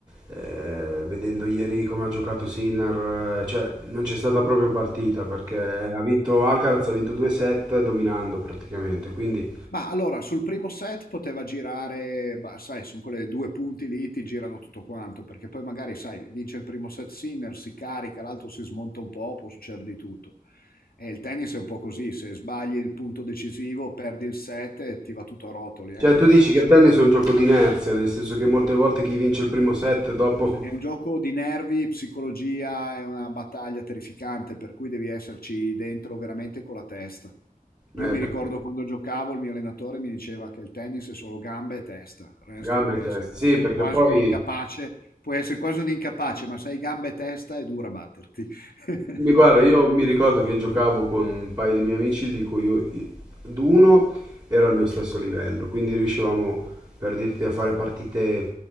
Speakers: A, on the right; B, on the left.
A: eh, vedendo ieri come ha giocato Sinner, eh, cioè non c'è stata proprio partita perché ha vinto Alcaraz, ha vinto 2-7 dominando praticamente, quindi...
B: Ma allora, sul primo set poteva girare, bah, sai, sono quelle due punti lì, ti girano tutto quanto, perché poi magari, sai, vince il primo set Sinner, si carica, l'altro si smonta un po', può succedere di tutto. E il tennis è un po' così, se sbagli il punto decisivo, perdi il set e ti va tutto a rotoli, eh,
A: Cioè,
B: quello
A: tu dici
B: è facile.
A: che il tennis è un gioco di inerzia, nel senso che molte volte chi vince il primo set dopo...
B: È un
A: <laughs>
B: gioco di nervi, psicologia, è una battaglia terrificante, per cui devi esserci dentro veramente con la testa. Io
A: Eh,
B: mi
A: perché-
B: ricordo quando giocavo, il mio allenatore mi diceva che il tennis è solo gambe e testa, il resto
A: Gambe
B: puoi
A: e testa,
B: essere quasi,
A: sì, perché
B: quasi
A: poi,
B: un incapace, puoi essere quasi un incapace, ma se hai gambe e testa è dura batterti. <laughs>
A: mi- guarda, io mi ricordo che giocavo con un paio di miei amici di cui io- i- d'uno era al mio stesso livello, quindi riuscivamo, per dirti, a fare partite